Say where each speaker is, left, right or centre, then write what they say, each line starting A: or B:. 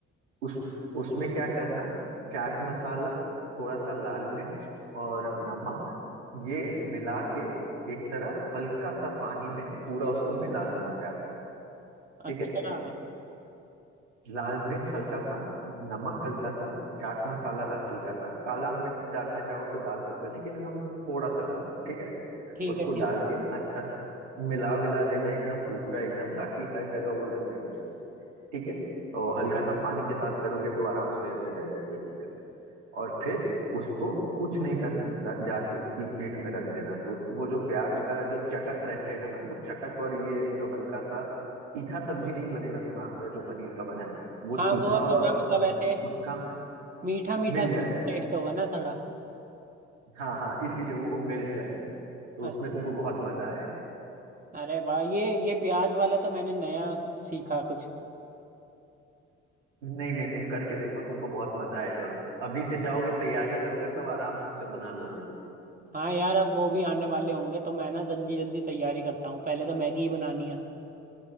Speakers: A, on the right; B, on the right.
A: उस उसमें क्या करना चाट मसाला थोड़ा सा लाल मिर्च और नमक ये मिला के एक तरह हल्का सा पानी में पूरा उसको मिला देना प्याज से ठीक
B: अच्छा
A: है लाल मिर्च हल्का सा नमक हल्का सा चाट मसाला हल्का सा काला मिर्च डालना चाहो तो डाल सकते हो लेकिन एकदम थोड़ा सा डालना ठीक है
B: ठीक
A: उसको
B: है ठीक
A: डाल के अच्छा से मिला विला देना एकदम पूरा एकदम ताकि हर जगह वो लग जाए उसके ठीक है और हल्का सा पानी के साथ करोगे तो आराम से हो जाएगा कोई दिक्कत और फिर उसको कुछ नहीं करना जा- जाके प्लेट में रख देना तो वो जो प्याज का जो चटक रहेगा ना वो चटक और ये जो हल्का सा तीखा सब्जी नहीं बनेगा तुम्हारा जो पनीर का बना है वो
B: हाँ
A: तीखा
B: वो थोड़ा
A: और
B: मतलब
A: हम्म,
B: ऐसे
A: उसका
B: मीठा मीठा
A: मिल
B: सा
A: जाएगा
B: टेस्ट होगा ना थोड़ा
A: हाँ हाँ इसीलिए वो मिल जाएगा तो
B: अच्छा
A: उसमें तुमको बहुत मजा आएगा
B: अरे वाह ये ये प्याज वाला तो मैंने नया सीखा कुछ
A: नहीं नहीं तुम करके देखो तुमको बहुत मजा आएगा अभी से जाओगे तैयारी करोगे तब आराम से बना लोगे
B: हाँ यार अब वो भी आने वाले होंगे तो मैं ना जल्दी जल्दी तैयारी करता हूँ पहले तो मैगी ही बनानी है